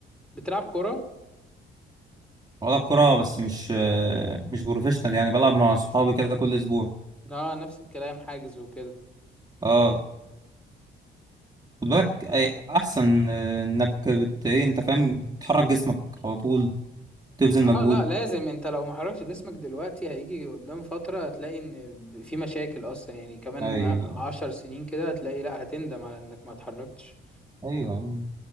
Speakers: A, in the centre; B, on the right (about 20°).
A: بتلعب كرة
B: بلعب كرة بس مش مش بروفيشنال يعني بلعب مع صحابي كده كل اسبوع
A: اه نفس الكلام حاجز وكده
B: اه خد بالك أي- احسن آه، انك بت ايه انت فاهم تحرك جسمك على طول تبذل
A: اه
B: مجهود
A: لا لازم انت لو ما حركتش جسمك دلوقتي هيجي قدام فترة هتلاقي ان ب- في مشاكل اصلا يعني كمان
B: ايوه
A: عشر سنين كده هتلاقي لا هتندم على انك ما اتحركتش
B: ايوه يا عم.